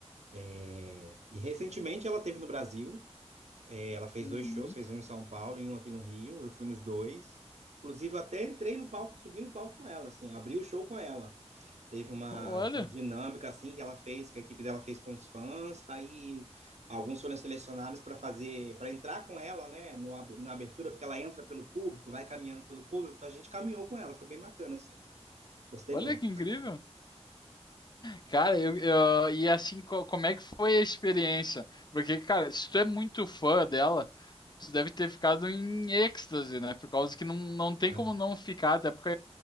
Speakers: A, on the right (about 80°); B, on the left (about 40°).
A: É, E recentemente ela teve no Brasil, é, ela fez
B: Uhum.
A: dois shows, fez um em São Paulo e um aqui no Rio, eu fui nos dois. Inclusive, eu até entrei no palco, subi no palco com ela, assim, abri o show com ela. Teve uma
B: Olha,
A: uma dinâmica assim que ela fez, que a equipe dela fez com os fãs, aí alguns foram selecionados para fazer, para entrar com ela, né, no, ab- na abertura, porque ela entra pelo público, vai caminhando pelo público, então a gente caminhou com ela, foi bem bacana assim. Gostei
B: olha
A: muito,
B: que incrível. Cara, eu, eu- e assim, co- como é que foi a experiência? Porque, cara, se tu é muito fã dela, tu deve ter ficado em êxtase, né? Por causa que não, não tem
A: né?
B: como não ficar, até porque